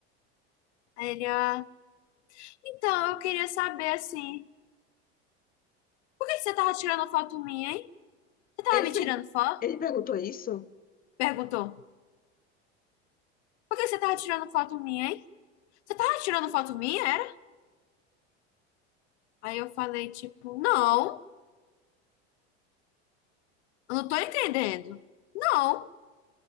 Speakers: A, on the left; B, on the left.
A: Aí ele, ah, então, eu queria saber, assim, por que que você tava tirando foto minha, hein? Você tava
B: Ele,
A: me
B: per-
A: tirando foto?
B: ele perguntou isso?
A: Perguntou. Por que que você tava tirando foto minha, hein? Você tava tirando foto minha, era? Aí eu falei, tipo, não, eu não tô entendendo. Não,